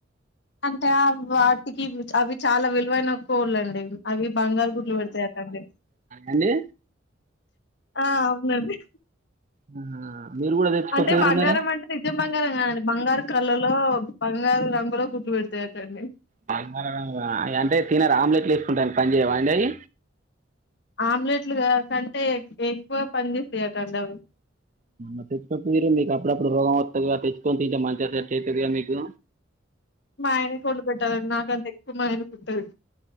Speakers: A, on the left; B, on the right.
A: అంటే వాటికి అవి చాలా విలువైన కోళ్ళండి అవి బంగారు గుడ్లు పెడతాయిక్కండి
B: అండి
A: ఆ అవునండి
B: ఆ మీరు కూడా తెచ్చుకోపోయిర్రు
A: అంటే బంగారం
B: మరి
A: అంటే నిజం బంగారం కాదండి బంగారు కళ్ళలో బంగారు రంగులో కుట్లు పెడతాయటండి.
B: బంగ అంటే తిన్నరా ఆమ్లెట్లు వేసుకుంటా పని చేయవా అండి అవి
A: ఆమ్లెట్లు కంటే ఎక్కువ పని చేసాయటండి అవి
B: అ తెచ్చుకోపోయూరు మీరు మీకు అప్పుడప్పుడు రోగం వస్తుంది తెచ్చుకొ ఇంంట మంచిగా సెట్ అవుతుంది కద మీకు
A: మా ఆయన కొం పెట్టాలండి నాకంత ఎక్కువ మా ఆయన కుుట్టదు